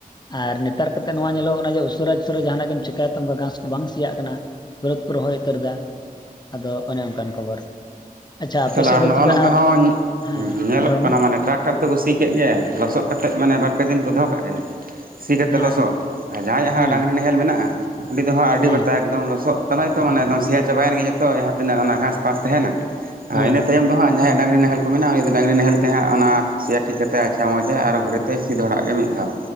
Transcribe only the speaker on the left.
ᱟᱨ ᱱᱮᱛᱟᱨ ᱠᱟᱛᱮᱫ ᱱᱚᱣᱟ ᱧᱮᱞᱚᱜᱚᱜ ᱠᱟᱱᱟ ᱡᱮ ᱩᱥᱟᱹᱨᱟ ᱩᱥᱟ. ᱨᱟ ᱡᱟᱦᱟᱸᱱᱟᱜ ᱜᱮᱢ ᱪᱮᱠᱟᱹᱭ ᱛᱚ ᱚᱱᱠᱟ ᱜᱟᱸᱥ ᱠᱚ ᱵᱟᱝ ᱥᱮᱭᱟᱜ ᱠᱟᱱᱟ᱾ ᱯᱩᱨᱟᱹᱫ ᱠᱚ ᱨᱚᱦᱚᱭ ᱩᱛᱟᱹᱨ ᱮᱫᱟ, ᱟᱫᱚ ᱚᱱᱮ ᱚᱱᱠᱟᱱ ᱠᱷᱚᱵᱚᱨ᱾ ᱟᱪᱪᱷᱟ ᱟᱯᱮ
ᱥᱮᱫ
ᱫᱚ
ᱛᱚᱵᱮ
ᱦᱮᱸ
ᱨᱚᱲ
ᱢᱮ
ᱦᱮᱸ
ᱦᱮᱸ
ᱦᱮᱸ
ᱦᱮᱸ